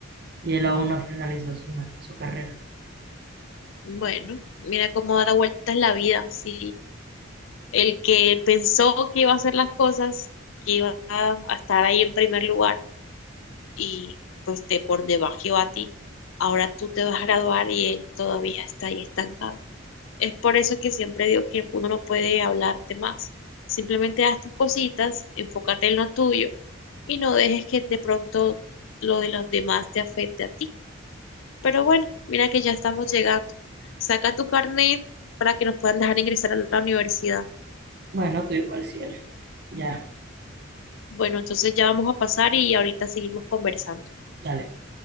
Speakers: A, on the right; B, on the left.
A: Y él aún no ha finalizado su, ma- su carrera.
B: Bueno, mira cómo da la vuelta en la vida. Sí, el que pensó que iba a hacer las cosas, que iba a a estar ahí en primer lugar y pues te por debajo a ti. Ahora tú te vas a graduar y él todavía está ahí estancado. Es por eso que siempre digo que uno no puede hablarte más. Simplemente haz tus cositas, enfócate en lo tuyo y no dejes que de pronto lo de los demás te afecte a ti. Pero bueno, mira que ya estamos llegando. Saca tu carnet para que nos puedan dejar ingresar a la universidad.
A: Bueno, tú igual, cielo. Ya,
B: Bueno, entonces ya vamos a pasar y ahorita seguimos conversando.
A: dale.